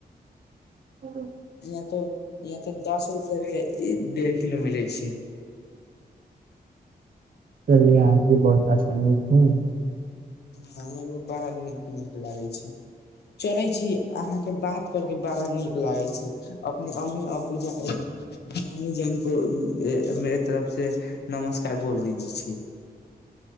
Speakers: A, on the right; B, on the left.
A: चलि
B: इहाँ तऽ इहाँ तऽ दस रुपया मे डेढ़ किलो मिलै छै <inaudible>
A: चल यहाँके बरसात क झ
B: ह हम बड़ा नीक नीक लागे छै चलै छी अहाँके बात कर के बड़ा नीक लागै छी अपने अमी अब्बू जा अम्मी जान के मेेरे तरफ से नमस्कार
A: छै
B: बोल दीजी छी